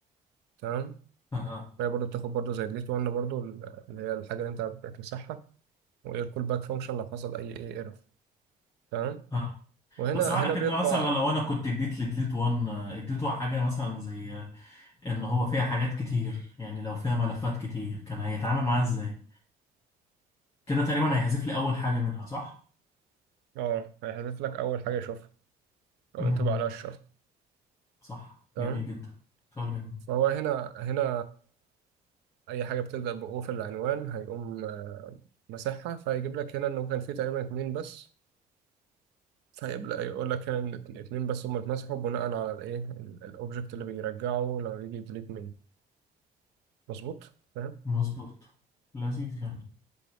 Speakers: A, on the right; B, on the left.
A: تمام
B: اه
A: فهي برضه بتاخد برضه زي ديليت 1 برضه ال- اللي هي الحاجة اللي انت بتمسحها وايه الكول باك فانكشن لو حصل اي ايه ايرور تمام
B: اه
A: وهنا
B: بس معنى
A: هنا
B: كده
A: بيطبع
B: مثلا لو انا كنت اديت لديليت 1 آه، اديته حاجة مثلا زي آه، ان هو فيها حاجات كتير يعني لو فيها ملفات كتير كان هيتعامل معاها ازاي كده تقريبا هيحذف لي اول حاجة منها صح
A: اه هيحذف لك اول حاجه يشوفها او
B: مهم.
A: ينطبع عليها الشرط
B: صح
A: تمام
B: جميل جدا سؤال جميل
A: فهو هنا هنا اي حاجه بتبدا بأو في العنوان هيقوم آه، مسحها فهيجيب لك هنا انه كان فيه تقريبا اتنين بس فيبدا يقول لك هنا ان ات- اتنين بس هم اتمسحوا بناء على الايه ال- الاوبجكت اللي بيرجعه لو يجي ديليت منه مظبوط فاهم
B: مظبوط لذيذ يعني